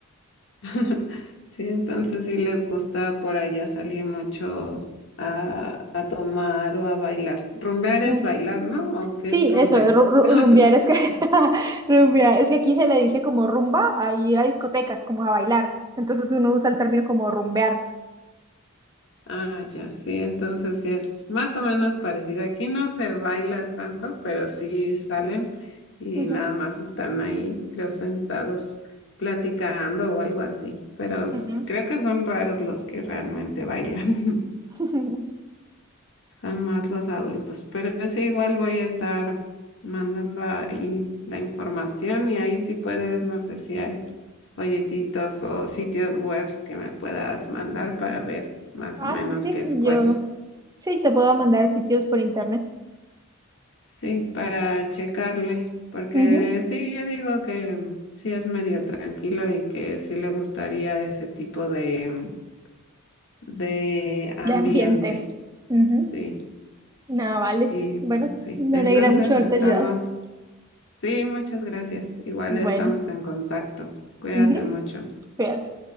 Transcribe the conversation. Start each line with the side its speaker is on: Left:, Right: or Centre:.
Left: <laughs> Sí, entonces sí les gusta por allá salir mucho a, a tomar o a bailar. Rumbear
Right: Mm,
Left: es bailar, ¿no? ¿O qué
Right: Sí,
Left: es rumbear?
Right: eso, ru- ru-
Left: <laughs>
Right: rumbear es que <laughs> rumbear, es que aquí se le dice como rumba a ir a discotecas, como a bailar. Entonces uno usa el término como rumbear.
Left: Ah, ya, sí, entonces sí es más o menos parecido. Aquí no se baila tanto, pero sí salen y
Right: Ujú,
Left: nada más están ahí, creo, sentados platicando o algo así. Pero s-
Right: ujú.
Left: creo que son raros los que realmente bailan,
Right: <laughs>
Left: <laughs> son más los adultos. Pero sí, igual voy a estar mandando ahí la información y ahí sí puedes, no sé si hay folletitos o sitios webs que me puedas mandar para ver más
Right: Ah,
Left: o menos
Right: sí, sí,
Left: qué escuela.
Right: yo sí te puedo mandar sitios por internet.
Left: Sí, para checarle, porque
Right: Ujú,
Left: sí, yo digo que sí es medio tranquilo y que sí le gustaría ese tipo de, de ambiente.
Right: De ambiente. Ujú.
Left: Sí,
Right: No, vale.
Left: y
Right: Bueno,
Left: pues sí,
Right: me
Left: entonces
Right: alegra mucho haberte
Left: estamos,
Right: ayudado.
Left: sí, muchas gracias. Igual
Right: Bueno,
Left: estamos en contacto. Cuídate
Right: ujú,
Left: mucho.
Right: cuídate.